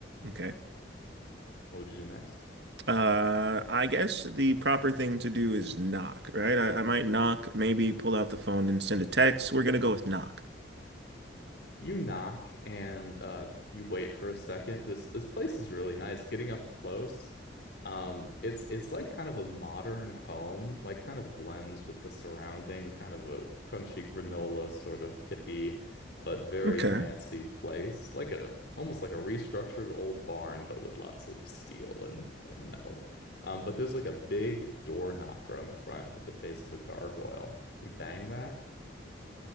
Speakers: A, on the right (about 65°); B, on the left (about 60°).
A: Okay.
B: What would you do next?
A: Uh, I guess the proper thing to do is knock, right? I, I might knock, maybe pull out the phone and send a text. We're gonna go with knock.
B: You knock and uh, you wait for a second. This this place is really nice. Getting up close, um, it's it's like kind of a modern home, like kind of blends with the surrounding, kind of a crunchy granola sort of hippie, but very
A: Okay.
B: fancy place. Like a almost like a restructured old barn, but with lots of steel and and metal. Um, but there's like a big door knocker on the front with the face of a gargoyle. You bang that.